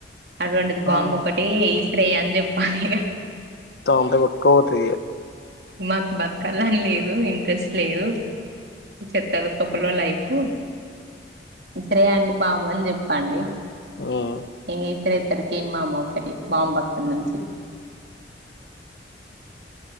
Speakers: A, on the right; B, on the left.
A: అసోంటిది బాంబు
B: ఉమ్
A: ఒకటి ఇస్రేయ్ అని చెప్పాలి ఇగా.
B: మొత్తం అంత కొట్టుకపోతది ఇగా.
A: మాకు బతకాలని లేదు ఇం ట్రెస్ట్ లేదు చెత్తలో తొక్కలో లైఫు. ఇసిరేయండి బాంబు అని చెప్పండి.
B: ఉమ్
A: ఇంగ ఇసిరేతడ్డు కిమ్ మామ ఒకటి బాంబ్ అక్కనుంచి.